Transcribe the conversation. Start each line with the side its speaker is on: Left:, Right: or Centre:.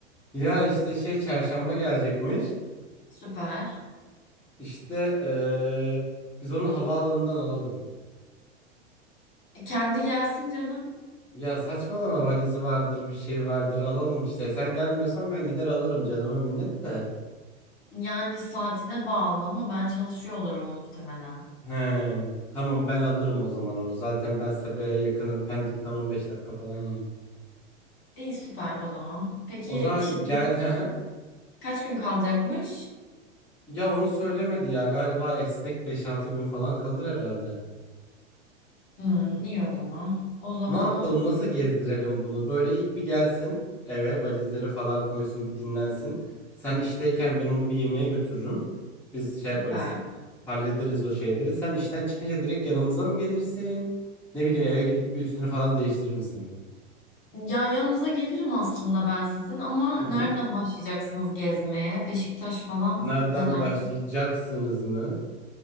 Centre: Ya işte şey çarşamba gelecekmiş.
Left: Süper.
Centre: İşte e, biz onu havaalanından alalım.
Left: E, Kendi gelsin canım.
Centre: Ya saçmalama valizi vardır bir şey vardır alalım işte. Sen gelmiyorsan ben gider alırım canıma minnet de.
Left: Yani saatine bağlı ama ben çalışıyor olurum muhtemelen.
Centre: He, tamam ben alırım o zaman onu. Zaten ben Sabiha'ya yakınım. Pendik'ten 15 dakika falan yani.
Left: İyi süper o zaman. Peki
Centre: O zaman
Left: şimdi
Centre: gel he he.
Left: kaç gün kalacakmış?
Centre: Ya onu söylemedi ya galiba esnek beş altı gün falan kalır herhalde.
Left: Hmm, iyi o zaman. O zaman
Centre: Ne yapalım, nasıl gezdirelim bunu? Böyle ilk bir gelsin eve, valizleri falan koysun, bir dinlensin. Sen işteyken ben onu bir yemeğe götürürüm. Biz
Left: süper.
Centre: şey yaparız, hallederiz o şeyleri. Sen işten çıkınca direkt yanımıza mı gelirsin? Ne bileyim eve gidip bir üstünü falan değiştirir misin?
Left: Ya yanınıza gelirim aslında ben sizin ama
Centre: Hı
Left: nereden
Centre: hı.
Left: başlayacaksınız gezmeye? Beşiktaş falan
Centre: Nereden
Left: ne dersin?
Centre: başlayacaksınız mı?